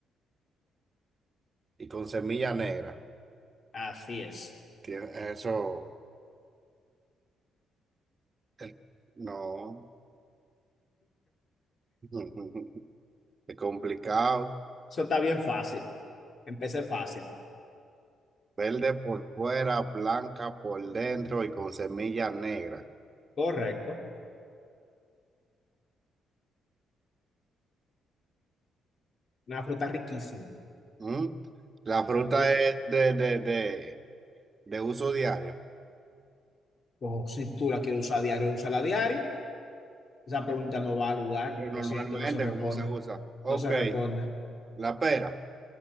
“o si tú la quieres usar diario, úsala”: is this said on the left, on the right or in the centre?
Left